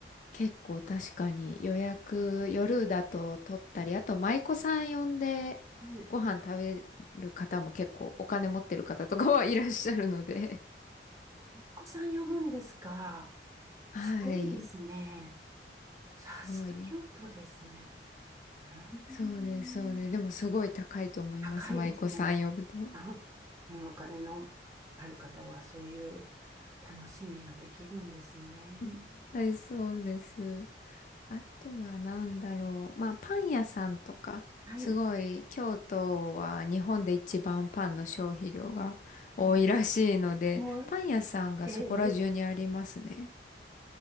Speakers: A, on the left; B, on the right.
A: 結構確かに予約夜だと取ったり、あと舞妓さん呼んで
B: い。
A: ご飯食べる方も結構お金持ってる方とかはいらっしゃるので。
B: お子さん呼ぶんですか
A: <laughs> はい。
B: すごいですね。さすが京都ですね。
A: すごいね。
B: <laughs> ーん
A: そうです、そうです。でもすごい高いと思います。
B: 高いですもんね。
A: 舞妓さん呼ぶと。
B: あ、お金のある方はそういう楽しみができるんですね。
A: <laughs> はい、そうです。あとは何だろう。まあ、パン屋さんとか、
B: はい。
A: すごい、京都は日本で一番パンの消費量が多いらしいので、
B: はいもう、
A: パン屋さんがそこら中にありますね。
B: ええ